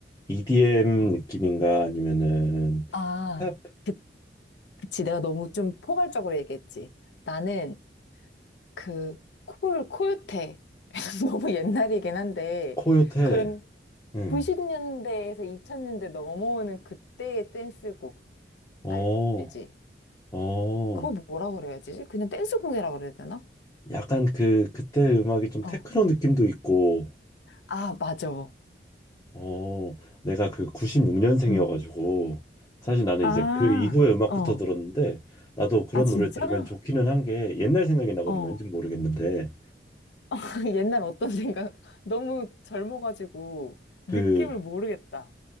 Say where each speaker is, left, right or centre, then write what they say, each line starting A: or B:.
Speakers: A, on the left; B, on the left.
A: EDM 느낌인가 아니면은
B: 아,
A: 힙합
B: 그, 그치. 내가 너무 좀 포괄적으로 얘기했지. 나는 그, 콜, 콜테. <laughs> 너무 옛날이긴 한데,
A: 코요테
B: 그런
A: 응.
B: 90년대에서 2000년대 넘어오는 그때의 댄스곡.
A: 어,
B: 알- 알지?
A: 어,
B: 그거 뭐라 그래야 지 그냥 댄스곡이라 그래야 되나?
A: 약간 그 그때 음악이 좀
B: 어.
A: 테크노 느낌도 있고
B: 아, 맞아.
A: 어, 내가 그 96년생이어가지고
B: 응.
A: 사실 나는
B: 아,
A: 이제 그 이후의 음악부터
B: 어.
A: 들었는데 나도 그런
B: 아, 진짜?
A: 노래 들으면 좋기는 한게 옛날 생각이 나거든
B: 어.
A: 왠지 모르겠는데
B: <laughs> 옛날 어떤 생각? <laughs> 너무 젊어가지고 느낌을
A: 그
B: 모르겠다.